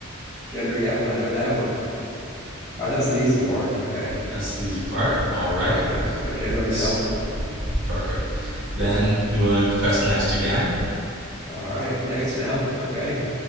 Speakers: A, on the left; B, on the right.
A: Gender. Yep, I know that one. All right, that's the easy part. Okay.
B: That's the easy part. All right,
A: All right. My gender, I'm
B: S-
A: male.
B: perfect. Then
A: Yeah.
B: you want to press next again.
A: All right. Next now. Okay.